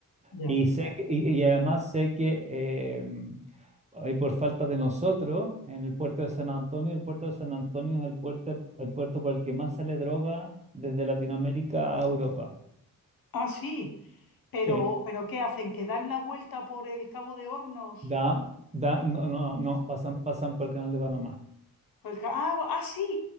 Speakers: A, on the left; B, on the right.
A: ya.
B: Y, sé que- y, y además sé que eh, ahí por falta de nosotros, en el puerto de San Antonio, el puerto de San Antonio es el puerto, el puerto por el que más sale droga desde Latinoamérica a Europa.
A: Ah, sí. Pero,
B: Sí,
A: pero ¿qué hacen? ¿Que dan la vuelta por el Cabo de Hornos?
B: Da, da, no, no, no, pasan, pasan por el canal de Panamá.
A: Por el ca- ah, ah, sí.